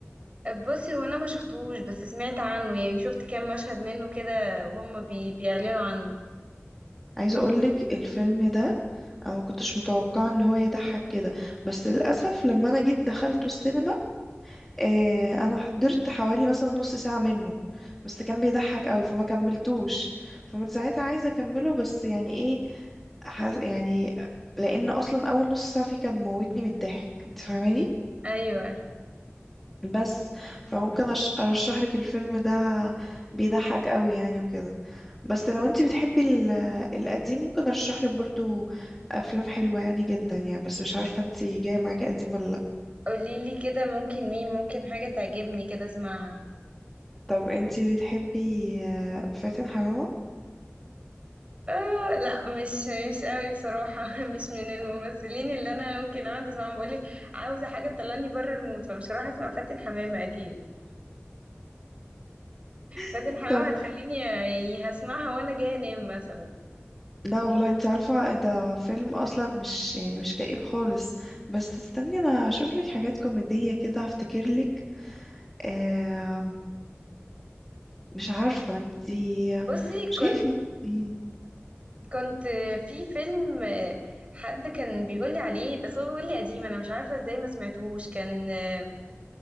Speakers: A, on the right; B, in the centre.
A: بصي هو انا ما شفتهوش بس سمعت عنه يعني شفت كام مشهد منه كده وهم بي بيعلنوا عنه
B: عايزة اقولك الفيلم ده انا ما كنتش متوقعة ان هو يضحك كده بس للأسف لما انا جيت دخلته السينما آه، انا حضرت حوالي مثلا نص ساعة منه بس كان بيضحك قوي فما كملتوش فمن ساعتها عايزة اكمله بس يعني ايه حس... يعني لان اصلا اول نص ساعة فيه كان موتني من الضحك انت فاهماني
A: ايوه
B: بس فممكن أش... ارشح لك الفيلم ده بيضحك قوي يعني وكده بس لو انت بتحبي ال... القديم ممكن ارشح لك برضو افلام حلوة يعني جدا يعني بس مش عارفة انت جاية معاكي قديم ولا لا
A: قوليلي كده ممكن مين ممكن حاجة تعجبني كده اسمعها
B: طب انت بتحبي آه، فاتن حمامة
A: آه لا مش مش قوي بصراحة <laughs> مش من الممثلين اللي انا ممكن اقعد اسمعهم بقولك عاوزة حاجة تطلعني بره المود فمش هروح اسمع فاتن حمامة اكيد فاتن
B: <laughs>
A: حمامة
B: طب
A: هتخليني يعني هسمعها وانا جاية انام مثلا
B: لا والله انت عارفة ده فيلم اصلا مش يعني مش كئيب خالص بس استني انا اشوف لك حاجات كوميدية كده افتكر لك آه مش عارفة انت
A: بصي كنت
B: مش جاي في مم.
A: كنت في فيلم آه، حد كان بيقولي عليه بس هو بيقولي قديم انا مش عارفة ازاي ما سمعتهوش كان آه،